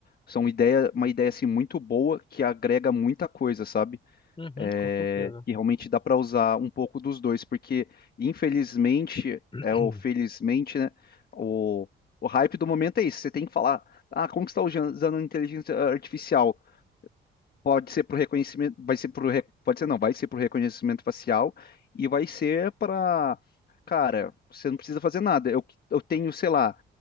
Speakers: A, on the left; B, on the left.
A: são ideia, uma ideia assim muito boa que agrega muita coisa, sabe?
B: Uhum,
A: é,
B: com certeza.
A: e realmente dá para usar um pouco dos dois, porque infelizmente,
B: <clears throat>
A: é, ou felizmente, né, o, o hype do momento é isso. Você tem que falar, ah, como que você está usando inteligência artificial? Pode ser para o reconhecimento, vai ser pro, re- pode ser não, vai ser para o reconhecimento facial e vai ser para, cara, você não precisa fazer nada. Eu, eu tenho, sei lá,